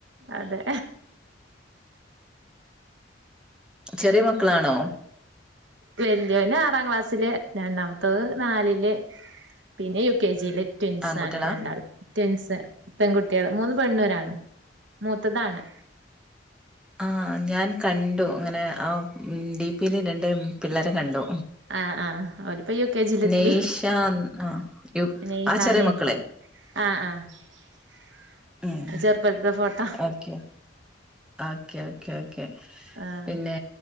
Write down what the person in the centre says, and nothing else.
ചെറിയ മക്കളാണോ
ആൺകുട്ടികളാ
ആഹ് ഞാൻ കണ്ടു. അങ്ങനെ ആ ഡി പീ ല് രണ്ട് പിള്ളേരെ കണ്ടു.
നെയ്ഷ ആ യു
ആ ചെറിയ
മക്കളെ
ഉം
ഓക്കെ ഓക്കെ ഓക്കെ ഓക്കെ
പിന്നെ